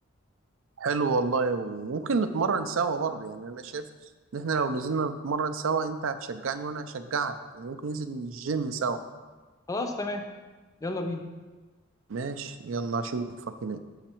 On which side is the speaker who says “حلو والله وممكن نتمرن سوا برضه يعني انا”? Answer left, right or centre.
Right